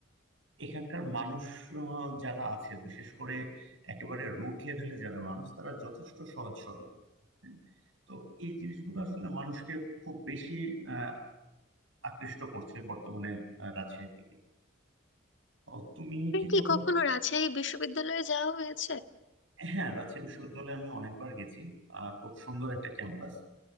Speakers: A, on the right; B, on the left.
A: এখানকার মানুষ আহ, যারা আছে বিশেষ করে একেবারে রুট লেভেলে যারা মানুষ তারা যথেষ্ট সহজ সরল হ্যাঁ, তো এই জিনিসগুলো আসলে মানুষকে খুব বেশি আহ, আকৃষ্ট করছে বর্তমানে আহ, রাজশাহীর দিকে ও, তুমি
B: আপনার
A: কি
B: কি
A: কোথাও
B: কখনো রাজশাহী বিশ্ববিদ্যালয়ে যাওয়া হয়েছে
A: হ্যাঁ রাজশাহী বিশ্ববিদ্যালয়ে আমি অনেকবার গেছি আহ, খুব সুন্দর একটা ক্যাম্পাস